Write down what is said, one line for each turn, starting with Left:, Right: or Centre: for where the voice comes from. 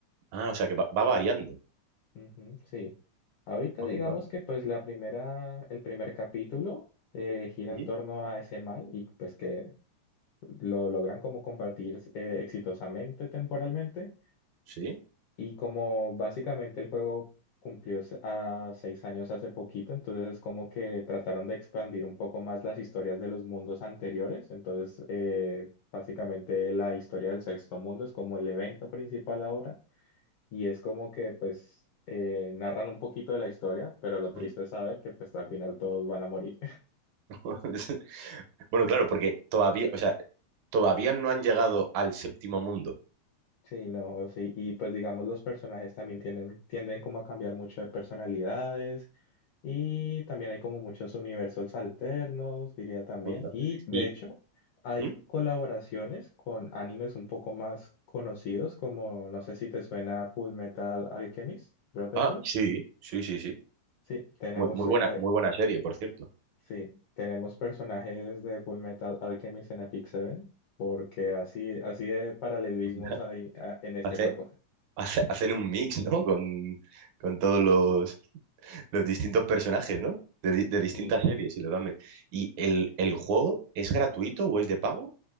Right: Ah, o sea, que va, va variando.
Left: Ujú, sí. Ahorita
Right: Onda.
Left: digamos que pues la primera, el primer capítulo eh, gira
Right: ¿Mm?
Left: en torno a ese mal y pues que lo logran como combatir eh, exitosamente temporalmente.
Right: ¿Sí?
Left: Y como básicamente el juego cumplió se- a seis años hace poquito, entonces como que trataron de expandir un poco más las historias de los mundos anteriores. Entonces, eh, básicamente la historia del sexto mundo es como el evento principal ahora y es como que pues eh, narran un poquito de la historia, pero lo triste
Right: ¿Mm?
Left: es saber que pues al final todos van a morir.
Right: <laughs> Bueno, claro, porque todavía, o sea, todavía no han llegado al séptimo mundo.
Left: Sí, no, sí, y pues digamos los personajes también tienen tienden como a cambiar mucho de personalidades y también hay como muchos universos alternos, diría también,
Right: Onda.
Left: y de
Right: Y,
Left: hecho hay
Right: ¿Mm?
Left: colaboraciones con animes un poco más conocidos como, no sé si te suena Full Metal Alchemist, Brotherhood.
Right: Ah, sí, sí, sí, sí.
Left: Sí, tenemos,
Right: Muy, muy
Left: eh,
Right: buena, muy buena serie, por cierto.
Left: sí, tenemos personajes de Full Metal Alchemist en Epic Seven porque así, así de paralelismos
Right: <laughs> Onda.
Left: hay ah, en este
Right: Hace-
Left: juego.
Right: hace- hacen un mix, ¿no? Con, con todos los los distintos personajes, ¿no? De, di- de
Left: <laughs>
Right: distintas series
Left: Sí.
Right: y los van met- ¿Y el, el juego es gratuito o es de pago?